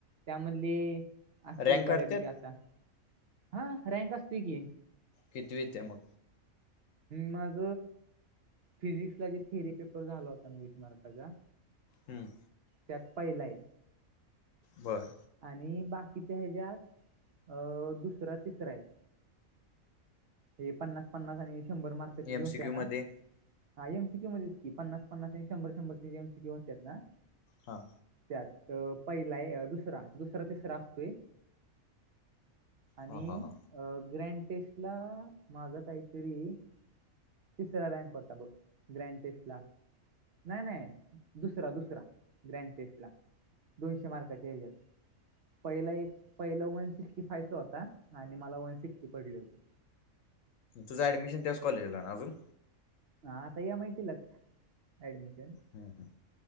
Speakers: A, on the right; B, on the left.
A: त्यामधले असते
B: रँक
A: बऱ्यापैकी
B: काढतात
A: आता हा रँक असतो की.
B: कितवीत आहे मग?
A: माझ फिजिक्स आणि थिअरी पेपर झाला होता ना वीस मार्काचा.
B: हम्म.
A: त्यात पाहिलाय.
B: बरं.
A: आणि बाकीच्या ह्याच्यात अ दुसरा तिसरा आहे. हे पन्नास पन्नास आणि शंभर मार्काची
B: एम
A: जी होत्या
B: सी क्यू
A: ना
B: मध्ये
A: हा एमसीक्यू मध्येच की पन्नास पन्नास आणी शंभर शंभरचे एमसीक्यू होतात ना
B: हा.
A: त्यात अ पहिलाय दुसरा दुसरा तिसरा असतोय. आणि
B: हा हा हा
A: अ ग्रँटेस्ट ला माझा काहीतरी तिसरा रँक होता बघ ग्रँड टेस्ट ला. नाही नाही दुसरा दुसरा ग्रँड टेस्ट ला दोनशे मार्काचे हेजात. पहिला एक पहिला वन सिक्स्टी फायचा होता आणि मला वन सिक्स्टी पडले होते.
B: तुझं ऍडमिशन त्याच कॉलेजला ना अजून?
A: हा आता एम आय टी लाच ऍडमिशन.
B: ह ह.